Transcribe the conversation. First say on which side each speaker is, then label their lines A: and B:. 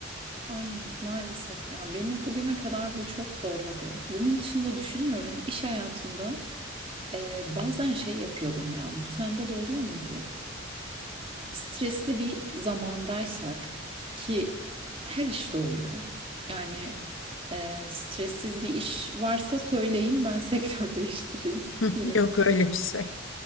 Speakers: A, on the right; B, on the left.
A: Aynen maalesef ya beni bugüne kadar bu çok zorladı. Bunun dışında düşünüyorum iş hayatımda e, bazen şey yapıyordum ya bu sende de oluyor muydu? Stresli bir zamandaysak ki her işte oluyor. Yani e, stressiz bir iş varsa söyleyin ben <laughs> sektör değiştireyim.
B: Hı,
A: Yeni
B: Yok
A: meslek
B: öyle bir şey.